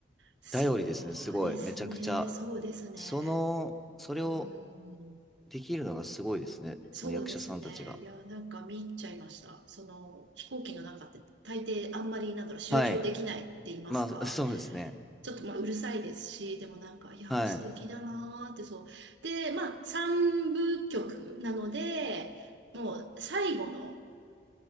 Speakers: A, on the right; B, in the centre.
A: そうですね。
B: 頼りですね、すごい、めちゃくちゃ。
A: そうですね。
B: その、それを
A: うん。
B: できるのがすごいですね、
A: そうですね。
B: その役者さんたちが。
A: いや、なんか見入っちゃいました。その、飛行機の中って大抵あんまり、なんだろう、集中できないって言いますか。
B: はい。まあ、<laughs> そうですね。
A: ちょっとまあうるさいですし、でもなんか、いやー素敵だなーってそう。
B: はい。
A: で、まあ、三部曲なので、もう最後の、